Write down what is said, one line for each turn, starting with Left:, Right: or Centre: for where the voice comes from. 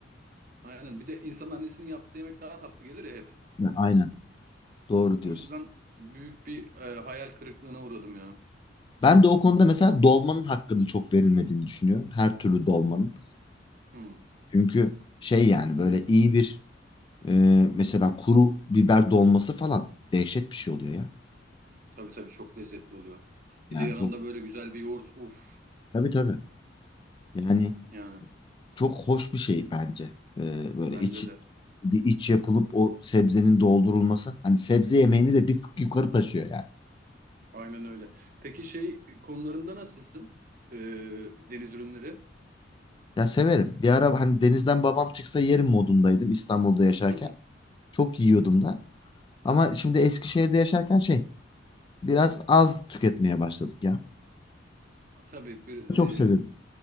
Right: Aynen bir de insanın annesinin yaptığı yemek daha tatlı gelir ya hep.
Left: Ha, Aynen. Doğru
Right: O
Left: diyorsun.
Right: yüzden büyük bir e, hayal kırıklığına uğradım ya.
Left: Ben de o konuda mesela dolmanın hakkının çok verilmediğini düşünüyorum. Her türlü dolmanın.
Right: Hmm,
Left: Çünkü şey yani böyle iyi bir e, mesela kuru biber dolması falan dehşet bir şey oluyor ya.
Right: tabii tabii çok lezzetli oluyor.
Left: Yani
Right: Bir de yanında
Left: çok
Right: böyle güzel bir yoğurt uf
Left: tabii tabii. Yani
Right: yani
Left: çok hoş bir şey bence. E, böyle
Right: bence
Left: iç
Right: de
Left: bir iç yapılıp o sebzenin doldurulması. Hani sebze yemeğini de bir tık yukarı taşıyor yani.
Right: aynen öyle. Peki şey konularında nasılsın? E, deniz ürünleri?
Left: Ya severim. Bir ara hani denizden babam çıksa yerim modundaydım İstanbul'da yaşarken.
Right: <laughs>
Left: Çok yiyordum da. Ama şimdi Eskişehir'de yaşarken şey biraz az tüketmeye başladık ya.
Right: Tabii bir,
Left: Çok severim
Right: e,